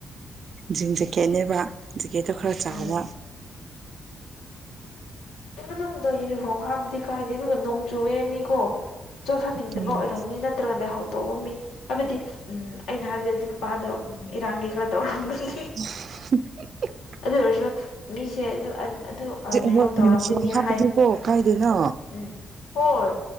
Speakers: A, on the right; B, on the left.
A: ꯖꯤꯟ ꯖꯦꯛꯀꯦꯠꯅꯦꯕ ꯖꯦꯛꯀꯦꯠꯇꯣ ꯈꯔ ꯆꯥꯎꯕ
B: ꯎꯝ ꯃꯅꯨꯡꯗ ꯌꯨꯅꯤꯐꯣꯔꯝ ꯍꯥꯞꯂꯗꯤ ꯀꯥꯏꯗꯦ ꯑꯗꯨꯒ ꯅꯣꯡ ꯆꯨꯌꯦꯃꯤꯀꯣ ꯆꯣꯠꯍꯟꯅꯤꯡꯗꯕ
A: ꯎꯝ
B: ꯑꯣꯏꯔꯝꯅꯤ ꯅꯠꯇ꯭ꯔꯒ ꯂꯥꯏꯍꯧ ꯇꯧꯕ ꯃꯤ ꯍꯥꯏꯕꯗꯤ ꯎꯝ ꯑꯩꯅ ꯍꯥꯏꯕꯗꯤ ꯑꯗꯨ ꯅꯨꯄꯥꯗꯣ ꯎꯝ ꯏꯔꯥꯥꯡꯗꯤ ꯈꯔꯥ ꯇꯧꯔꯝꯒꯅꯤ
A: <inaudible>
B: ꯑꯗꯨ ꯑꯣꯏꯔꯁꯨ ꯃꯤꯁꯦ ꯑꯗꯨ ꯑ ꯑꯗꯨ ꯑ ꯂꯥꯏꯍꯧ
A: ꯍꯣꯏ
B: ꯇꯧꯔꯝꯒꯅꯤ
A: ꯌꯨꯅꯤꯐꯣꯔꯝ ꯍꯥꯞꯄꯗꯤꯀꯣ
B: ꯍꯥꯏ
A: ꯀꯥꯏꯗꯦꯅ
B: ꯎꯝ ꯍꯣꯏ